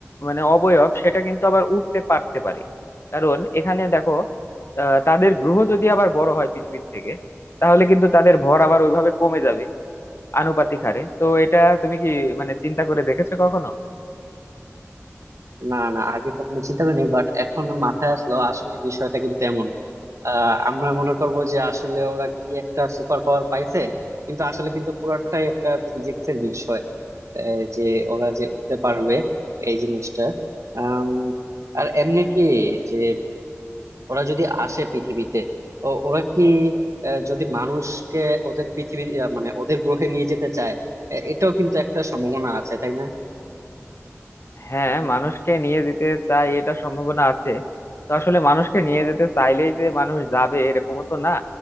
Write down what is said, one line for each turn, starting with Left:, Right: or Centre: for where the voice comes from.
Left: মানে অবয়ব সেটা কিন্তু আবার উঠতে পারতে পারে কারণ এখানে দেখো আহ, তাদের গ্রহ যদি আবার বড় হয় পৃথিবীর থেকে তাহলে কিন্তু তাদের ভর আবার ওইভাবে কমে যাবে আনুপাতিক হারে তো এটা তুমি কি মানে চিন্তা করে দেখেছো কখনো
Right: না না আগে কখনো চিন্তা করিনি বাট এখন মাথায় আসলো আসলে বিষয়টা কিন্তু এমন আহ আমরা মনে করবো যে আসলে ওরা কি একটা সুপার পাওয়ার পাইছে কিন্তু আসলে কিন্তু পুরোটাই একটা ফিজিক্স এর বিষয়। আহ, যে ওরা যে উঠতে পারবে এই জিনিসটা আম, আর এমনি কি যে ওরা যদি আসে পৃথিবীতে তো ওরা কি আহ, যদি মানুষকে ওদের পৃথিবী আহ, মানে ওদের গ্রহে নিয়ে যেতে চায় এ- এটাও কিন্তু একটা সম্ভাবনা আছে তাই না
Left: হ্যাঁ মানুষকে নিয়ে যেতে চাই এটা সম্ভাবনা আছে তো আসলে মানুষকে নিয়ে যেতে চাইলেই যে মানুষ যাবে এরকমও তো না